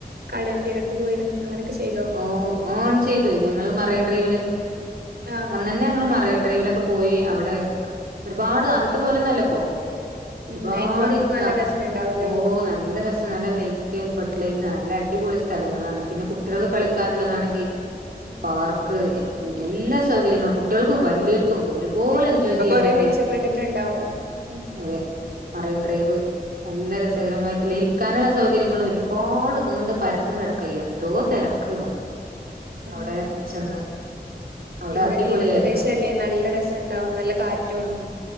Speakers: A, on the right; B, on the right.
A: കടൽ തീരത്ത് പോയിരുന്നു അങ്ങനെയൊക്കെ ചെയ്തോ
B: ഓ ഓൺ ചെയ്തു ഞങ്ങളും മറയൻ ഡ്രൈവില്
A: ആ
B: അന്ന ന്നെ ഞങ്ങൾ മറയൻ ഡ്രൈവിലൊക്കെ പോയി അവിടെ ഒരുപാട് അതത്തെ പോലെ നല്ലപ്പോ ഒരുപാട്
A: ഉം നൈറ്റ് വാക്കൊക്കെ
B: ഇരിക്കാ
A: നല്ല രസണ്ടാവൂല്ലേ
B: ഓ നല്ല രസ ലൈറ്റ് ഫഡ് ലൈറ്റ് നല്ല അടിപൊളി സ്ഥലങ്ങളാണ് പിന്നെ കുട്ടികൾക്ക് കളിക്കാനുള്ളതാണെങ്കിൽ
A: ഉം
B: പാർക്ക് എല്ലാ സൗകര്യങ്ങളും കുട്ടികൾക്കും വല്ലിയോർക്കും ഒരു പോലെ
A: ഉം
B: എൻജോയ്
A: ഇപ്പൊ
B: ചെയ്യാൻ
A: കൊറേ
B: പറ്റിയ
A: മെച്ചപ്പെട്ടിട്ടുണ്ടാവും ഉം
B: അതെ പറയ വ് നല്ല രസകരമായിട്ടുള്ള ഇരിക്കാനുള്ള സൗകര്യങ്ങളും ഒരുപാട് നീണ്ട
A: ഉം
B: പരന്ന് കിടക്കാ എന്തോ തിരക്കന്നോ
A: ഉം
B: അവിടെ ചെന്ന് അവിടെ
A: പിന്നെ
B: അടിപൊളിയായിരുന്നു
A: തീരപ്രദേശ അല്ലേ നല്ല രസുണ്ടാവും നല്ല കാറ്റും